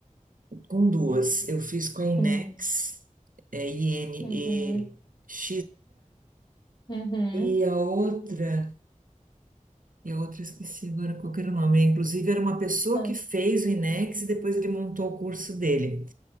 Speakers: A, on the right (about 80°); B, on the left (about 35°).
A: com duas. Eu fiz com a Inex,
B: uhum,
A: é, I-N-E-X-H,
B: uhum, uhum.
A: e X H, e a outra, e a outra eu esqueci agora qual que era o nome. Inclusive, era uma pessoa
B: Tá,
A: que fez o Inex e depois ele montou o curso dele.